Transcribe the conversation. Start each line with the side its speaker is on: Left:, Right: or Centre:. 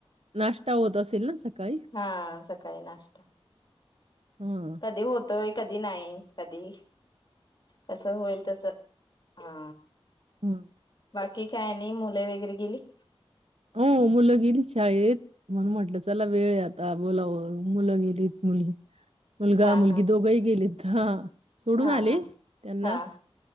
Right: नाष्टा होत असेल ना, सकाळी?
Left: हा सकाळी नाष्टा
Right: हां.
Left: कधी होतोय कधी नाही कधी कसं होईल तस. हा.
Right: हम्म.
Left: बाकी काय नई मुलं वगैरे गेली.
Right: हो मुलं गेली शाळेत. म्हूणन म्हटलं चला वेळ आता बोलाव मुलं गेलीच मुलगी मुलगा
Left: हा
Right: मुलगी
Left: हा
Right: दोघंही गेलेत. हा. सोडून
Left: हा
Right: आले
Left: हा
Right: त्यांना
Left: हा